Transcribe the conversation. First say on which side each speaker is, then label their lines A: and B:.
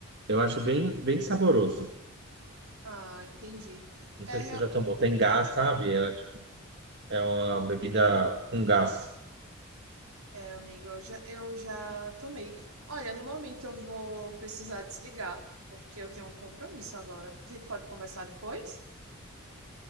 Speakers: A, on the right; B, on the right.
A: Eu acho bem, bem saboroso.
B: Ah, entendi.
A: Não
B: É,
A: sei
B: real-
A: se você já tomou. Tem gás, sabe? É, é uma bebida com gás.
B: é amigo, eu já, eu já tomei. Olha, no momento eu vou precisar desligar, porque eu tenho um compromisso agora. A gente pode conversar depois,